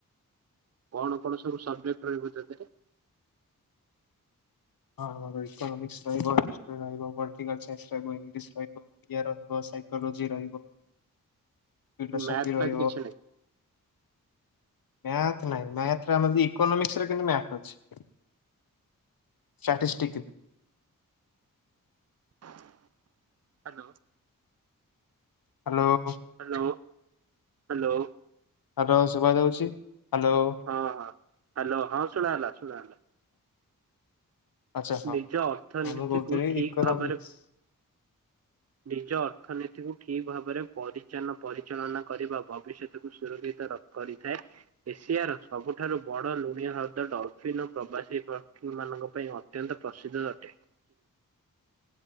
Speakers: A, on the right; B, on the left.
A: କଣ କଣ ସବୁ ସବଜେକ୍ଟ ରହିବ ତାଥିରେ
B: ହଁ ଆମର ଇୋନୋମିକ୍ସ ରିବ ହିଷ୍ଟ ରହିବ ପଲିଟିକଲ ସନ୍ସ ରହିବ ଇଂଲିଶ ରହିବ ୟାର ଫାଷ୍ଟ୍ ସାଇକୋଲୋଜି ରହିବ, ଫିଲୋସଫି
A: ମ୍ୟାଥ୍ ଫ୍ୟାଥ୍
B: ରହିବ।
A: କିଛି ନାହିଁ।
B: ମ୍ୟାଥ୍ ନାଇଁ ମ୍ୟାଥରେ ଆମ ଯଦି ଇକୋନୋମିକ୍ସ୍ରେ କିନ୍ତୁ ମ୍ୟାଥ ଅଛି। Statistic
A: hello.
B: Hello.
A: Hello. Hello.
B: Hello. ଶୁଭା ଯାଉଛି। ହ୍ୟାଲୋ।
A: ହଁ ହଁ ହ୍ୟାଲୋ। ହଁ ଶୁଣା ଗଲା। ଶୁଣା ଗଲା।
B: ଆଚ୍ଛା।
A: ନିଜ
B: ହଁ,
A: ଅର୍ଥନୀତିକୁ
B: ମୁଁ କହୁଥିଲି
A: ଠିକ୍
B: ଇକନୋମିକ୍ସ୍
A: ଭାବରେ ନିଜ ଅର୍ଥନୀତିକୁ ଠିକ୍ ଭାବରେ ପରିଚାଳନ ପରିଚାଳନା କରିବା, ଭବିଷ୍ୟତକୁ ସୁରକ୍ଷିତ ର କରିଥାଏ। ଏସିଆର ସବୁଠାରୁ ବଡ଼ ଲୁଣିଆ ହ୍ରଦ ଡଲଫିିନ୍ ଓ ପ୍ରବାସୀମାନଙ୍କ ପାଇଁ ଅ ଅତ୍ୟନ୍ତ ପ୍ରସିଦ୍ଧ ଅଟେ।